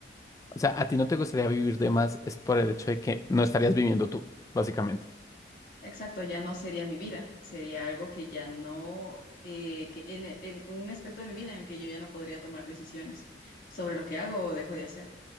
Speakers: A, on the left; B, on the left.
A: O sea, a ti no te gustaría vivir de más es por el hecho de que no estarías viviendo tú, básicamente.
B: Exacto, ya no sería mi vida, sería algo que ya no, eh, que en, en un aspecto de mi vida en el que yo ya no podría tomar decisiones sobre lo que hago o dejo de hacer.